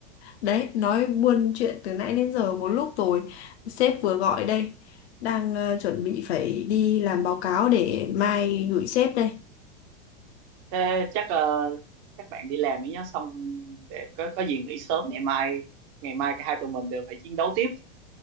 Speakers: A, on the left; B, on the right.
A: Đấy, nói buôn chuyện từ nãy đến giờ một lúc rồi. Sếp vừa gọi đây. Đang ờ, chuẩn bị phải đi làm báo cáo để mai gửi sếp đây.
B: thế chắc ờ, các bạn đi làm đi nhá xong để có có gì nghỉ sớm ngày mai ngày mai cả hai tụi mình đều phải chiến đấu tiếp